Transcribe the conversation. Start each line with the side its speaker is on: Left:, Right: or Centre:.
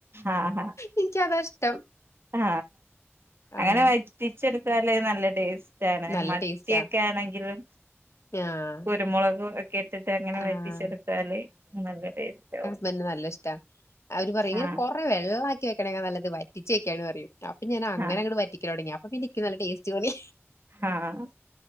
Right: ആഹ
Left: എനിക്കതാ ഇഷ്ടം
Right: ആ അങ്ങനെ
Left: ആഹ്
Right: വ റ്റിച്ചെടുത്താലെ നല്ല ടേസ്റ്റാണ്.
Left: നല്ല
Right: മത്തിയക്കെ
Left: ടേസ്റ്റാ
Right: ആണെങ്കിൽ പൊ
Left: ആഹ്
Right: കുരുമുളക് ഒക്കെ ഇട്ടിട്ട് അങ്ങനെ
Left: ആഹ്
Right: വറ്റിച്ചെടുത്താല് നല്ല ടേസ്റ്റ് ആവും.
Left: ന്നെ നല്ല ഇഷ്ട അവര് പറയും ഇങ്ങനെ
Right: ആഹ്
Left: കൊറെ വെള്ളാക്കി വെക്കണെക്കാ നല്ലത് വറ്റിച്ച് വക്കാണ് പറയും. അപ്പൊ ഞാൻ അങ്ങനെ
Right: ആഹ്
Left: അങ്ങട് വറ്റിക്കലൊടങ്ങി അപ്പൊ പിന്നെക്ക് നല്ല ടേസ്റ്റ് തോന്നി.
Right: ആഹ്